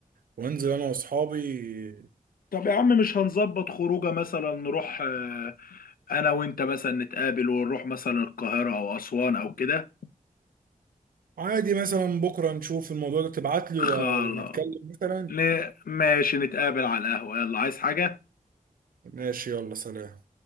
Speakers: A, on the right; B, on the left.
A: وانزل انا واصحابي
B: طب يا عم مش هنظبط خروجه مثلا نروح آه، انا وانت مثلا نتقابل ونروح مثلا القاهره او اسوان او كده
A: عادي مثلا بكره نشوف الموضوع ده تبعت لي
B: خلاص
A: و- ونتكلم مثلا
B: ن- ماشي نتقابل على القهوه يلا عايز حاجه
A: ماشي يلا سلام